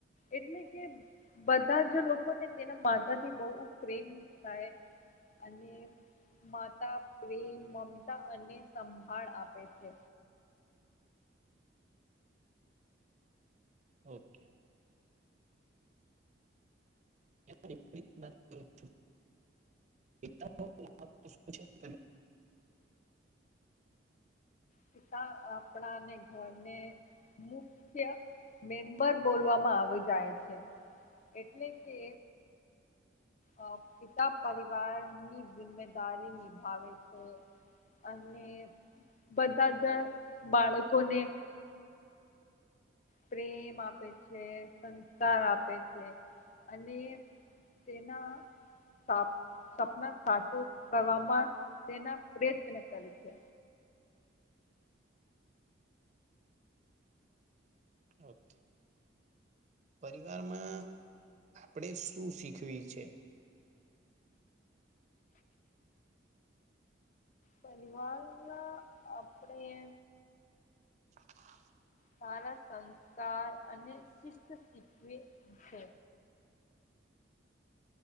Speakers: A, on the left; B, on the right.
A: એટલે કે બધા જ લોકોને તેના માતાથી બહુ પ્રેમ થાય અને માતા પ્રેમ મમતા અને સંભાળ આપે છે
B: ઓકે એ <unintelligible> એલા તો તો પછી
A: પિતા આપણાને ઘરને મુખ્ય મેમ્બર બોલવામાં આવી જાય છે એટલે કે અ પિતા પરિવાર ની જિમ્મેદારી નિભાવે છે અને બધા જ બાળકોને પ્રેમ આપે છે સંસ્કાર આપે છે અને તેના સા સપના સાચું કરવામાં તેના પ્રયત્ન કરે છે
B: ઓકે પરિવારમાં આપણેે શું શીખવી છે
A: પરિવાર ના આપણે
B: <unintelligible>
A: સારા સંસ્કાર અને શિસ્ત શીખવે છે.